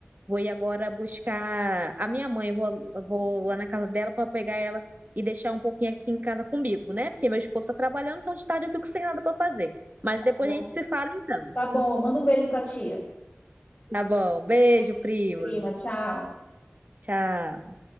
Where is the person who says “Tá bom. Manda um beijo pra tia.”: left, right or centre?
Left